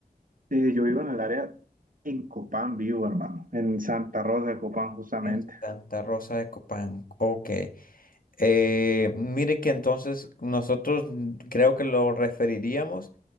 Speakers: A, on the right (about 60°); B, on the left (about 65°).
A: Y yo vivo en el área, en Copán vivo, hermano, en Santa Rosa de Copán justamente.
B: En Santa Rosa de Copán. Ok. Eh, mire que entonces nosotros mm, creo que lo referiríamos